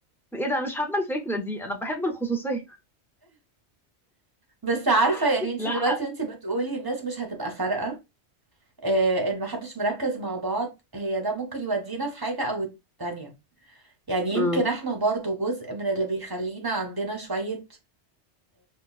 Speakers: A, in the centre; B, on the right.
A: ايه ده مش حابه الفكره دي انا بحب الخصوصيه
B: بس عارفة
A: <laughs>
B: يعني انت
A: لا
B: دلوقتي
A: ح...
B: انت بتقولي الناس مش هتبقى فارقة اه ان محدش مركز مع بعض هي ده ممكن يودينا في حاجة او التانية يعني يمكن
A: مم.
B: احنا برضو جزء من اللي بيخلينا عندنا شوية